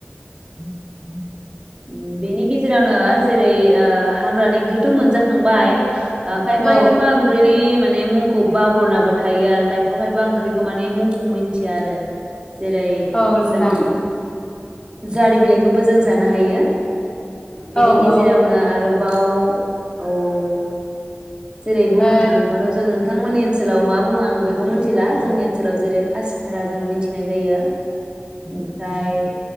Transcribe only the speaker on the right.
<inaudible> उम बेनि गेजेरावनो जेरै ओ हाग्रानिखोथ मोनजा खांबाय ओ खायफा
खायफा ओंख्रिनि माने मुंखौ बावगरनाबो थायो आरो खायफा खायफा ओंख्रिखौ माने मुंखौ मिथिया आरो जेरै
जों। जारि बिलाइखौबो जों जानो हा हायो
बिनि गेजेरावनो
आरो बाव औ। जेरै बुंनो
थाङोबाथ जों नोंथांमोननि ओनसोलाव मा बुङो आं बेखौ मिथिला जोंनि ओनसोलाव जेरै हासिब थारा जों मिथिनाय जायो ओमफ्राय